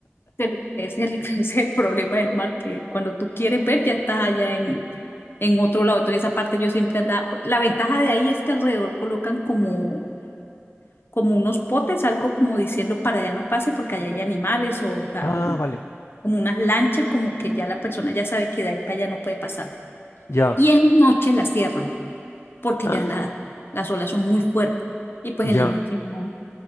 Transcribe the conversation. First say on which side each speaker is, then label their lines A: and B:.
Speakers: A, on the left; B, on the left.
A: Pero ese es el, <laughs> ese es el problema del mar, que cuando tú quieres ver ya estás allá en, en otro lado. Entonces esa parte yo siempre andaba, la ventaja de ahí es que alrededor colocan como, como unos potes, algo como diciendo para allá no pase porque allá hay animales o, ta-
B: Ah,
A: o como,
B: vale.
A: como unas lanchas, como que ya la persona ya sabe que de ahí para allá no puede pasar.
B: Ya.
A: Y en la noche la cierran porque
B: Ah,
A: ya la, las olas son muy fuertes y pues
B: ya.
A: en la noche no.